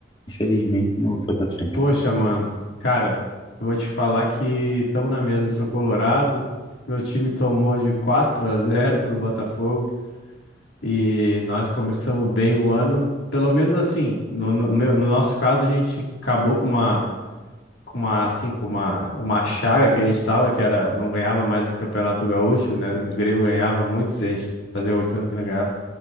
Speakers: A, on the left; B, on the left.
A: infelizmente não foi pra frente.
B: poxa, mano. Cara, eu vou te falar que tamo na mesa, eu sou colorado. Meu time tomou de 4 a 0 pro Botafogo e nós começamos bem o ano. Pelo menos assim, no, no meu- no nosso caso, a gente acabou com uma com uma, assim, com uma, uma chaga que a gente tava, que era, não ganhava mais o Campeonato Gaúcho, né? O Grêmio ganhava muito, se a gente fazia oito anos que não ganhava.